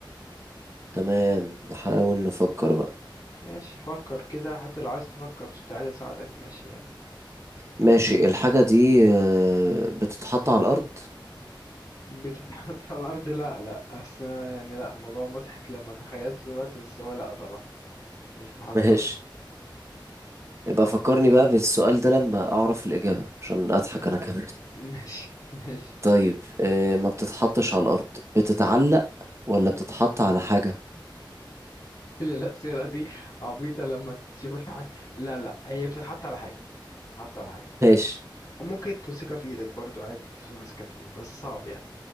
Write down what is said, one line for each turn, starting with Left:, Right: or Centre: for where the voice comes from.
Right: تمام نحاول نفكر بقى
Left: ماشي فكر كده حتى لو عايز تفكر بصوت عالي أساعدك ماشي يعني
Right: ماشي الحاجة دي آه، بتتحط على الأرض <laughs>
Left: <laughs> بتتحط على الأرض لا لا أصل يعني لا الموضوع مضحك لما تخيلته دلوقتي بس هو لا طبعا مش بتتحط
Right: ماشي
Left: على الأرض <laughs>
Right: يبقى فكرني بقى بالسؤال ده لما أعرف الإجابة عشان أضحك أنا كمان <laughs>
Left: ماشي ماشي
Right: طيب آه، ما بتتحطش على الأرض بتتعلق ولا بتتحط على حاجة
Left: اللي لا سيرة دي عبيطة لما تشوف الحاجة لا لا هي بتتحط على حاجة بتتحط على حاجة
Right: <laughs> ماشي
Left: وممكن تمسكها في ايدك برضو عادي تمسكها في ايدك بس صعب يعني